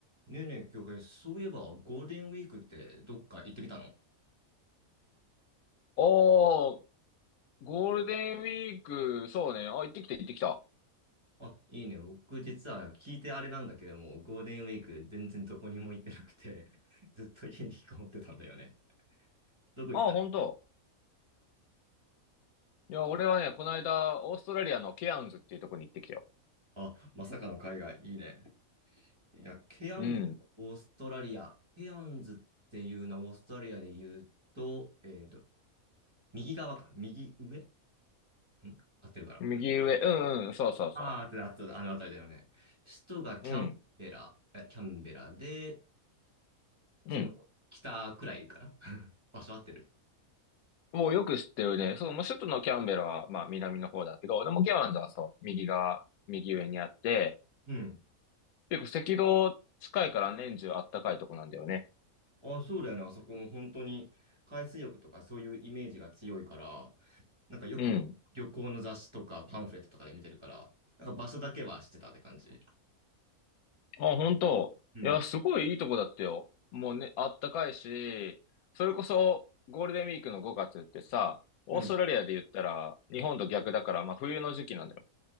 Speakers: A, on the right; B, on the left.
A: ねえねえ、京平、そういえばゴールデンウィークってどっか行ってきたの
B: おー、ゴールデンウィーク、そうね。あ、行ってきた、行ってきた。
A: あ、いいね。僕実は聞いてあれなんだけども、ゴールデンウィーク全然どこにも行ってなくて <laughs> ずっと家に引きこもってたんだよね。どこ行ってた
B: あ、本当。いや、俺はね、この間、オーストラリアのケアンズっていうとこに行ってきたよ。
A: あ、まさかの海外、いいね。いや、ケアンズ、
B: うん。
A: オーストラリア。ケアンズっていうのはオーストラリアで言うと、えっと、右側か、右上ん合ってるかな
B: 右上、うんうん、そうそうそ
A: あ <laughs> あー、合ってる、合ってる、あの辺りだよね。首都がキャンベラ、
B: う。うん、
A: えキャンベラで、
B: うん。
A: その、北くらいかな <laughs> 場所合ってる。
B: もうよく知ってるね。そう、まあ首都のキャンベラは、まあ、南の方だけど、でもケアンズはそう、右側、右上にあって、
A: うん。
B: 結構赤道近いから年中あったかいとこなんだよね。
A: あ、そうだよね。あそこも本当に海水浴とかそういうイメージが強いから、なんかよく旅行の雑誌とかパンフレットとかで見てるから、
B: うん。
A: なんか場所だけは知ってたって感じ。
B: あ、本当。
A: うん。
B: いや、すごいいいとこだったよ。もうね、あったかいし、それこそゴールデンウィークの5月ってさ、オーストラリアで言ったら日本と逆だから、
A: うん。
B: まあ冬の時期なんだよ。